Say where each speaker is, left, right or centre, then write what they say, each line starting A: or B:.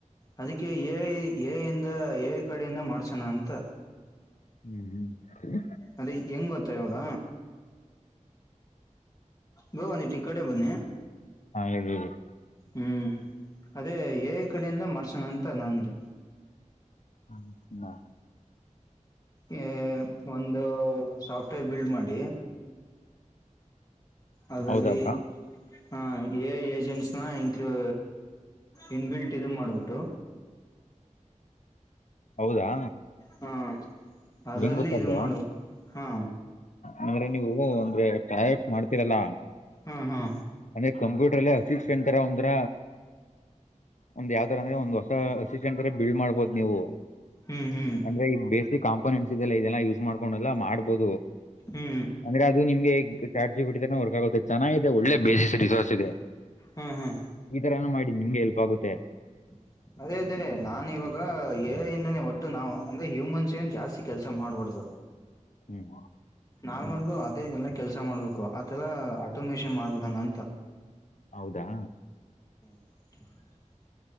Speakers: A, on the left; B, on the left.
A: ಅದಕ್ಕೆ ಎ ಐ ಏ ಇಂದ ಎ ಐ ಕಡೆಯಿಂದ ಮಾಡ್ಸೋಣ ಅಂತ
B: ಹ್ಮ ಹ್ಮ.
A: ಅದೇ ಹೆಂಗ ಗೊತ್ತ ಇವಾಗ ಬೊ ಒಂದಿಟ ಈಕಡೆ ಬನ್ನಿ
B: ಹಾ ಹೇಳಿ ಹೇಳಿ
A: ಹ್ಮ. ಅದೇ ಎ ಐ ಕಡೆಯಿಂದ ಮಾಡಸಣ ಅಂತ ನಂದು
B: <unintelligible>
A: ಯ ಒಂದು ಸಾಫ್ಟ್ವೇರ್ ಬಿಲ್ಡ್ ಮಾಡಿ ಆದಲ್ಲಿ
B: ಹೌದಾ ಬ್ರೋ
A: ಹ ಎ ಐ ಏಜೆನ್ಸ ಹಾ ಇಂಕಲ್ ಇನ್ ಬಿಲ್ಟ್ ಇದ ಮಾಡ್ಬಿಟ್ಟು
B: ಹೌದಾ.
A: ಹ್ಞಾ ಅದಲ್ಲಿ
B: ಹೆಂಗ್ ಗೊತ್ತಾ
A: ಇದ
B: ಬ್ರೋ
A: ಮಾಡಬೆ ಹ್ಞಾ.
B: ಅಂದ್ರೆ ನೀವು ಅಂದ್ರೆ ಪಾಯಟ್ ಮಾಡ್ತೀರಲ್ಲ
A: ಹ್ಞಾ ಹ್ಞಾ.
B: ಅಣೆ ಕಂಪ್ಯೂಟರಲ್ಲೆ ಹಸಿಕ್ಷ ಅಂತರ ಒಂತರ ಒಂದ ಯಾವ ತರನೇ ಒಂದ್ ಹೊಸ ಅಸಿಸೆಂಟ ಅರ ಬಿಳ್ ಮಾಡ್ಬೋದು ನೀವು.
A: ಹ್ಮ್ ಹ್ಮ್
B: ಅಂದ್ರ ಈ ಬೇಸಿಕ್ ಕಾಂಪೋನೆಂಟ್ಸ್ ಇದೆಲ್ಲ ಇದೆಲ್ಲಾ ಯೂಸ್ ಮಾಡ್ಕೊಂಡಲ್ಲ ಮಾಡ್ಬೋದು.
A: ಹ್ಮ್ ಹ್ಮ್
B: ಅಂದ್ರೆ ಅದು ನಿಮಗೆ ಚಾಟ್ ಜಿಪಿಟಿ ತರ ವರ್ಕ್ ಆಗುತ್ತೆ ಚೆನ್ನಾಗಿದೆ ಒಳ್ಳೆ ಬೇಸಿಸ್ ರಿಸೋರ್ಸ್ ಇದೆ
A: ಹ್ಮ್ ಹ್ಮ್
B: ಈ ತರಾನ ಮಾಡಿ ನಿಮ್ಗೆ ಹೇಲ್ಪ್ ಆಗುತ್ತೆ.
A: <inaudible> ಅದೇ ಅದೇ ನಾನ ಇವಾಗ ಎ ಐ ಇಂದಾನೆ ಒಟ್ಟು ನಾವು ಅಂದೆ ಹ್ಯೂಮನ್ಸ್ ಏನ್ ಜಾಸ್ತಿ ಕೆಲ್ಸ ಮಾಡ್ಬಾರಡ್ದ
B: ಹ್ಮ್
A: ನಾಮಲ್ ದೇ ಎಲ್ಲ ಕೆಲ್ಸ ಮಾಡ್ಬೇಕು ಆತಲ್ಲಾ ಆಟೋಮೇಷನ್ ಮಾಡ್ಬಿಡಣ ಅಂತ
B: ಹೌದಾ.
A: <inaudible>